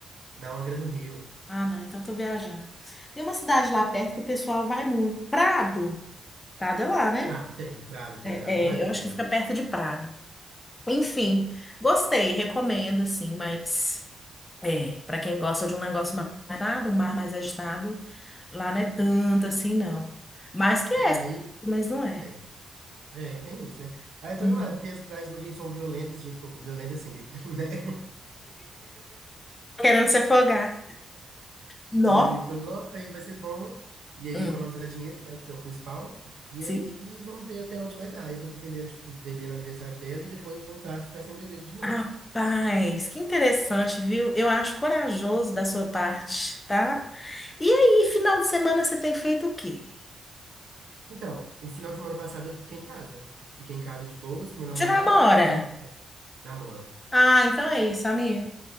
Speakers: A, on the right (about 75°); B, on the left (about 25°).
A: Na Angra, no Rio.
B: Ah, não, então eu tô viajando. Tem uma cidade lá perto que o pessoal vai muito. Prado. Prado é lá, né?
A: Prado tem, Prado tem,
B: É,
A: Prado na Bahia
B: é, eu acho
A: tem.
B: que fica perto de Prado. Enfim, gostei, recomendo, assim, mas É, para quem gosta de um negócio mais agitado, um mar mais agitado, lá não é tanto assim, não. Mas que é,
A: É, aí.
B: mas não é.
A: É, é, tem isso, né? Aí eu tô
B: Uhum.
A: animado, porque as praias do Rio são violentas, do jeito que eu. Violentas, assim, <laughs> né?
B: querendo se afogar. Nó.
A: do jeito que eu gosto, aí vai ser bom. E aí
B: Hum.
A: economizar dinheiro, né, o que é o principal. E
B: Se-
A: aí vamos ver até onde vai dar. Eu tô pretendendo, tipo, beber no aniversário dela e depois voltar a ficar sem beber de novo.
B: Rapaz, que interessante, viu? Eu acho corajoso da sua parte, tá? E aí, final de semana você tem feito o quê?
A: Então, o final de semana passado eu fiquei em casa. Fiquei em casa de boas com meu namorado,
B: Você namora?
A: fiquei namoro.
B: Ah, então é isso, amigo.